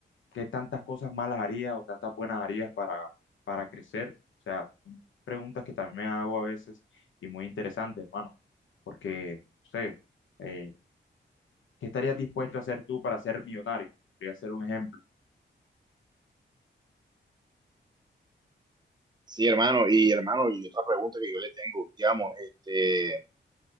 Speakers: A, on the left; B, on the right.
A: ¿qué tantas cosas malas harías o tantas buenas harías para, para crecer? O sea, son preguntas que también me hago a veces y muy interesantes, hermano, porque, no sé, eh, ¿Qué estarías dispuesto a hacer tú para ser millonario? Voy a hacer un ejemplo.
B: Sí, hermano, y hermano, y otra pregunta que yo le tengo, digamos, este,